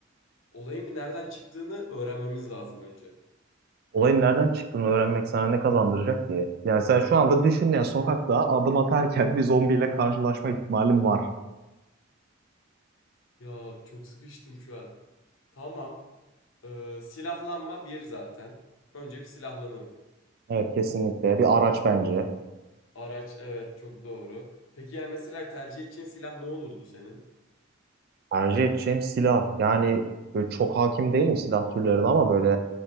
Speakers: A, on the left; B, on the right.
A: Olayın bir nereden çıktığını öğrenmemiz lazım önce.
B: Olayın nereden çıktığını öğrenmek sana ne kazandıracak diye. Yani sen şu anda düşün ya sokakta adım atarken bir zombiyle karşılaşma ihtimalin var.
A: Ya çok sıkıştım şu an. Tamam. Ee, silahlanma bir zaten. Önce bir silahlanırım.
B: Evet kesinlikle. Bir araç bence.
A: Araç evet çok doğru. Peki yani mesela tercih edeceğin silah ne olurdu senin?
B: Tercih edeceğim silah. Yani böyle çok hakim değilim silah türlerine ama böyle